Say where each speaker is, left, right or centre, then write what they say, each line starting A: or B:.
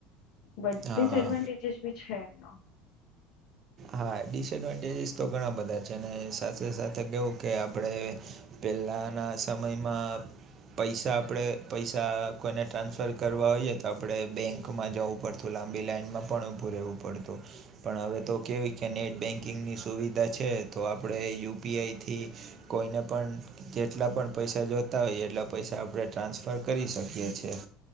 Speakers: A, on the left (about 70°); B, on the right (about 45°).
A: બ ડિએડવાટેજસ
B: હા હા
A: બ છે એના
B: હા ડિસએડવાન્ટેજીસ તો ઘણા બધા છે સાથે સાથે કવું કે આપડે પેલા ના સમયમાં પૈસા આપણે પૈસા કોઈને ટ્રાન્સફર કરવા હોઈએ તો આપણે બેંક માં જવું પડતું લાંબી લાઈનમાં પણ ઉભું રહેવું પડતું પણ હવે તો કેવી કે નેટ બેન્કિંગની સુવિધા છે તો આપણે યુપીઆઈથી કોઈને પણ જેટલા પણ પૈસા જોતા હોઈએ એટલા પૈસા આપણે ટ્રાન્સફર કરી શકીએ છીએ